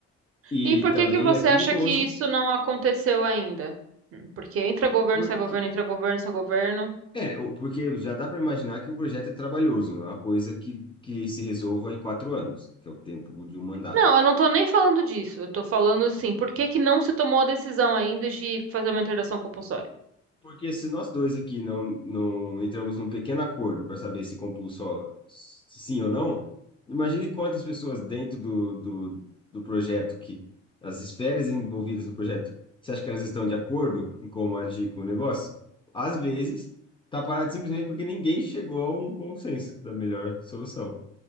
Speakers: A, on the left; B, on the right.
A: E
B: E por
A: também
B: que que você
A: é perigoso,
B: acha que isso não aconteceu ainda? Hum, Porque entra governo,
A: é porque
B: sai governo, entra governo, sai governo.
A: é, o- porque já dá para imaginar que o projeto é trabalhoso, não é uma coisa que, que se resolva em quatro anos, que é o tempo de um mandato.
B: Não, eu não tô nem falando disso. Eu tô falando assim, por que que não se tomou a decisão ainda de fazer uma interdição compulsória?
A: Porque se nós dois aqui não, não entramos num pequeno acordo para saber se compulsó sim ou não, imagine quantas pessoas dentro do, do, do projeto, que as esferas envolvidas no projeto, você acha que elas estão de acordo em como agir com o negócio? Às vezes, está parado simplesmente porque ninguém chegou a um consenso da melhor solução.